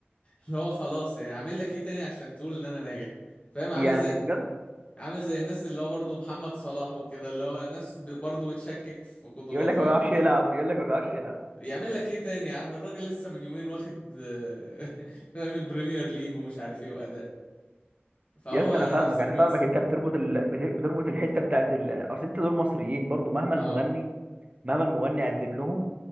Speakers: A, on the left; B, on the right.
A: اللي هو خلاص يعني اعمل لك ايه تاني عشان تقول ان انا ناجح فاهم عامل
B: يعني
A: زي
B: بجد
A: عامل زي الناس اللي هو برضه محمد صلاح وكده اللي هو ناس ب- برضه بتشكك في قدراته
B: يقول لك ما بيعرفش
A: او كده
B: يلعب يقول لك ما بيعرفش يلعب
A: يعمل لك ايه تاني يا عم الراجل لسه من يومين واخد <laughs> فاهم البريمير ليج ومش عارف ايه واداء فهو
B: يا اسطى انا فاهمك
A: نفس الكونسيبت
B: انا فاهمك انت بتربط ال... بت- بتربط الحته بتاعت ال... اصل انت دول مصريين برضو مهما
A: اه
B: المغني مهما المغني قدم لهم